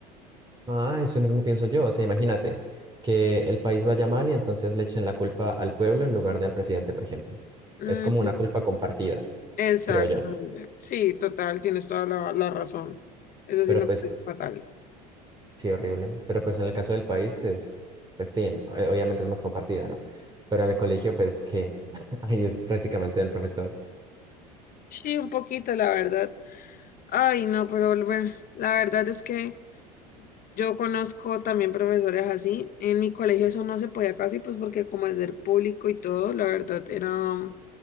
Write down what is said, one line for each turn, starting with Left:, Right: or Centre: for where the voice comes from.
Right: Ah, eso mismo pienso yo. O sea, imagínate que el país vaya mal y entonces le echen la culpa al pueblo en lugar de al presidente, por ejemplo.
Left: Ujú,
Right: Es como una culpa compartida,
Left: Exactamente.
Right: creo yo.
Left: Sí, total, tienes toda la, la razón. Eso
Right: Pero
Left: sí me
Right: pues,
Left: parece fatal.
Right: sí, horrible. Pero pues en el caso del país, pues, pues, tin, eh, obviamente es más compartida, ¿no? Pero en el colegio, pues, qué, <laughs> ahí es prácticamente del profesor.
Left: Sí, un poquito, la verdad. Ay, no, pero bueno, la verdad es que Yo conozco también profesores así. En mi colegio eso no se podía casi, pues porque como al ser público y todo, la verdad era